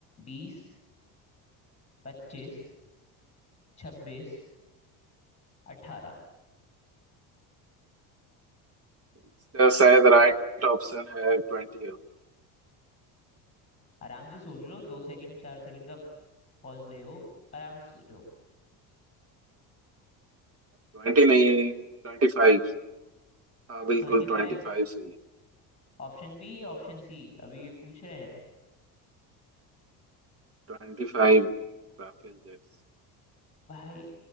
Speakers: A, on the left; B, on the right.
A: बीस पच्चीस छब्बीस अठारह
B: इसका शायद राइट ऑप्शन है ट्वेंटी
A: आराम से सोच लो दो सेकंड चार सेकंड का पॉज ले हो आराम से सोचो
B: ट्वेंटी नहीं ट्वेंटी फाइव हाँ बिल्कुल
A: Twenty
B: ट्वेंटी
A: five
B: फाइव सही है
A: ऑप्शन बी या ऑप्शन सी अभी ये पूछ रहे हैं
B: Twenty five Rafale jets
A: भाई